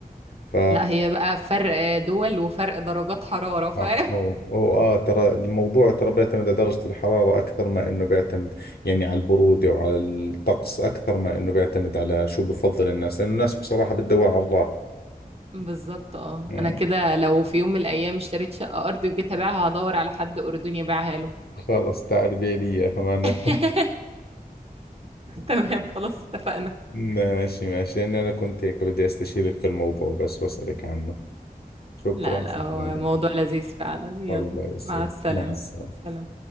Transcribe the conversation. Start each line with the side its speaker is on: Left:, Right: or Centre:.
Left: ف
Right: لا هي بقى فرق دول وفرق درجات حرارة فاهم
Left: صح هو هو آه ترى الموضوع ترى بيعتمد على درجة الحرارة أكثر ما إنه بيعتمد يعني على البرودة وعلى الطقس أكثر ما إنه بيعتمد على شو بفضل الناس لأن الناس بصراحة بتدور على الراحة
Right: بالظبط اه
Left: مم.
Right: انا كده لو في يوم من الايام اشتريت شقة ارضي وجيت ابيعها هدور على حد اردني يبيعها له
Left: خلص تعال بيلي إياها معناته
Right: <laughs>
Left: <laughs>
Right: تمام خلاص اتفقنا
Left: ماشي ماشي لأني أنا كنت هيك بدي أستشيرك في الموضوع بس وأسألك عنه شكرا
Right: لا لا
Left: شكرا
Right: هو
Left: لك.
Right: موضوع لذيذ فعلا يلا
Left: الله يسعدك
Right: مع السلامة
Left: مع السلامة
Right: سلام